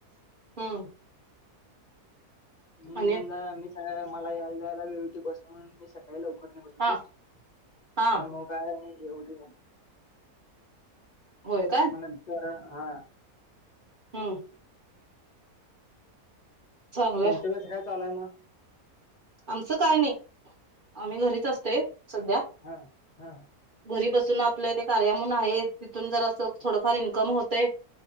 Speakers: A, on the right; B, on the left.
A: हम
B: मी
A: आणि
B: येऊन जायला मी मला यायला जायला वेवती बतो म्हणून मी सकाळी लव बू
A: हा
B: तू
A: हा
B: त्यामु काय एवढी
A: होय का?
B: म विचार हा
A: हम्म चांगलंय
B: तुमं कस काय चालय मग
A: आमचं काय नाही आम्ही घरीच असतोय सध्या
B: हा हा
A: घरी बसून आपलं इ ते कार्यामुून आहे तिथून जरा असं थोडंफार इन्कम होतय.